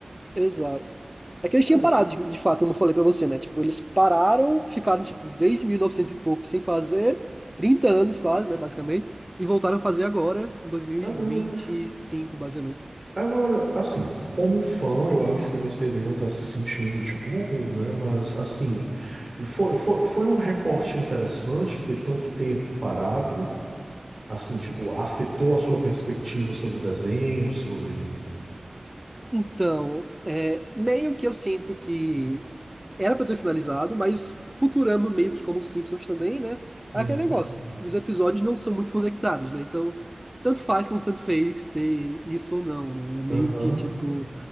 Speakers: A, in the centre; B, on the right.
A: exato. É que eles
B: Ah,
A: tinham parado, de, de fato, como eu falei pra você, né? Tipo, eles pararam, ficaram, tipo, desde 1900 e novecentos e pouco sem fazer, 30 anos quase, né, basicamente, e voltaram a fazer agora, em dois mil
B: caramba.
A: e vinte e cinco basicamente.
B: Agora, assim, como fã, eu acho que você deva estar se sentindo tipo, uhul, né? Mas, assim, foi, foi, foi um recorte interessante ter tanto tempo parado, assim, tipo, afetou a sua perspectiva sobre o desenho, sobre.
A: Então, é, meio que eu sinto que Era pra ter finalizado, mas Futurama, meio que como os Simpsons também, né?
B: Uhum.
A: É aquele negócio. Os episódios não são muito <laughs> conectados, né? Então, tanto faz como tanto fez ter isso ou não, né? É Meio
B: Aham,
A: que, tipo...